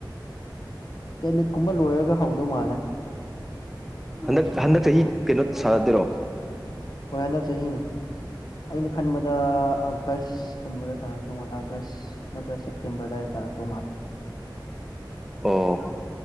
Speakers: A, on the left; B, in the centre.
A: ꯏꯁꯇꯦꯠ ꯂꯤꯛ ꯀꯨꯝꯕ ꯂꯣꯏꯔꯒ ꯍꯧꯗꯧ ꯃꯥꯜꯂꯦ
B: ꯍꯟꯗꯛ ꯍꯟꯗꯛ ꯆꯍꯤ ꯆꯍꯤ ꯀꯩꯅꯣ ꯁꯥꯟꯅꯗꯦꯔꯣ
A: ꯍꯣꯏ ꯍꯟꯗꯛ ꯆꯍꯤꯅꯦ ꯑꯩꯅ ꯈꯟꯕꯗ ꯑꯥꯒꯁꯀꯨꯝꯕꯗ ꯇꯥꯔ ꯇꯉꯜꯂ ꯑꯥꯒꯁ ꯅꯠꯇ꯭ꯔ ꯁꯦꯞꯇꯦꯝꯔꯗꯏ ꯇꯥꯔꯛꯇꯧ ꯃꯥꯜꯂꯦ
B: ꯑꯣ